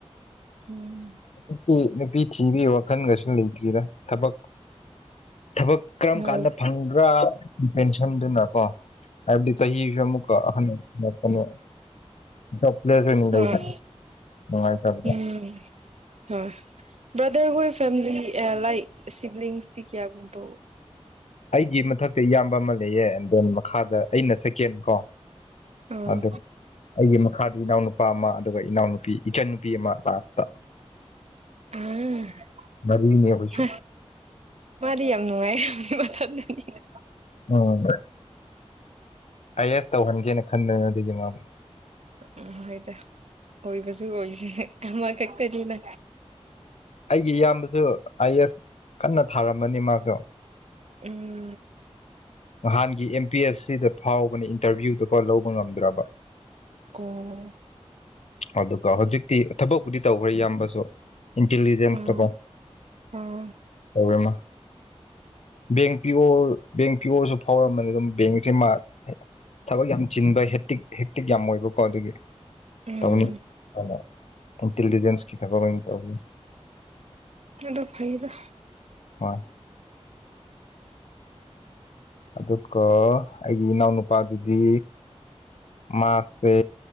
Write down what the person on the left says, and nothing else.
ꯅꯨꯄꯤ ꯅꯨꯄꯤ ꯊꯤꯕꯤꯒꯤ ꯋꯥꯈꯜꯒꯁꯨ ꯂꯩꯇ꯭ꯔꯤꯗ ꯊꯕꯛ ꯊꯕꯛ ꯀꯔꯝ
ꯀꯥꯟꯗ ꯐꯪꯕ꯭ꯔꯥ ꯄꯦꯟꯁꯤꯟꯗꯨꯅꯀꯣ ꯍꯥꯏꯕꯗꯤ ꯆꯍꯤꯖꯨ ꯑꯃꯨꯛꯀ ꯑꯍꯟ ꯑꯣꯔꯛꯄꯅꯦ ꯖꯣꯞ ꯄ꯭ꯂꯦꯁ ꯑꯣꯏꯅ ꯂꯩꯕ
ꯅꯨꯡꯉꯥꯏꯇꯕꯗ <inaudible>
ꯑꯩꯒꯤ ꯃꯊꯛꯇ ꯏꯌꯥꯝꯕ ꯑꯃ ꯂꯩꯌꯦ ꯑꯦꯟ ꯗꯦꯟ ꯃꯈꯥꯗ ꯑꯩꯅ ꯁꯦꯀꯦꯟ ꯀꯣ
ꯑꯗꯨ ꯑꯩꯒꯤ ꯃꯥ ꯃꯈꯥꯗ ꯏꯅꯥꯎꯅꯨꯄꯥ ꯑꯃ ꯑꯗꯨꯒ ꯏꯅꯥꯎꯅꯨꯄꯤ ꯏꯆꯟ ꯅꯨꯨꯄꯤ ꯑꯃ ꯂꯥꯁꯇ
ꯃꯔꯤꯅꯦ ꯑꯩꯈꯣꯏꯁꯨ
<unintelligible> ꯑꯥꯏ ꯑꯦꯁ ꯇꯧꯍꯟꯒꯦꯅ ꯈꯟꯗꯅ ꯑꯗꯨꯒꯤ ꯃꯥꯕꯨ
ꯑꯩꯒꯤ ꯏꯌꯥꯝꯕꯁꯨ ꯑꯥꯏ ꯑꯦꯁ ꯀꯟꯅ ꯊꯥꯔꯝꯕꯅꯤ ꯃꯥꯁꯨ
ꯅꯍꯥꯟꯒꯤ ꯑꯦꯝ ꯄꯤ ꯑꯦꯁ ꯁꯤꯗꯣ ꯐꯥꯎꯕꯅꯦ ꯏꯟꯇꯔꯚꯤꯌꯨꯗꯨꯀꯣ ꯂꯧꯕ ꯉꯝꯗ꯭ꯔꯕ
ꯑꯗꯨꯒ ꯍꯧꯖꯤꯛꯇꯤ ꯊꯕꯛꯄꯨꯗꯤ ꯇꯧꯈ꯭ꯔꯦ ꯏꯌꯥꯝꯕꯁꯨ ꯏꯟꯇꯤꯂꯤꯖꯦꯟꯁꯇꯀꯣ
ꯇꯧꯔꯦ ꯃꯥ ꯕꯦꯡ ꯄꯤ ꯑꯣ ꯕꯦꯡ ꯄꯤ ꯑꯣꯁꯨ ꯐꯥꯎꯔꯝꯕꯅꯦ ꯑꯗꯨꯝ ꯕꯦꯡꯒꯤꯖꯦ ꯃꯥ ꯊꯕꯛ ꯌꯥꯝ ꯆꯤꯟꯕ ꯍꯦꯛꯇꯤꯛ ꯍꯦꯛꯇꯤꯛ ꯌꯥꯝ ꯑꯣꯏꯕꯀꯣ ꯑꯗꯨꯒꯤ
ꯇꯧꯅꯤ ꯍꯥꯏꯅ ꯏꯟꯇꯤꯂꯤꯖꯦꯟꯁꯀꯤ ꯊꯕꯛ ꯑꯣꯏꯅ ꯇꯧꯈ꯭ꯔꯦ
ꯍꯣꯏ ꯑꯗꯨꯒ ꯑꯩꯒꯤ ꯏꯅꯥꯎꯅꯨꯄꯥꯒꯤꯗꯤ ꯃꯥꯁꯦ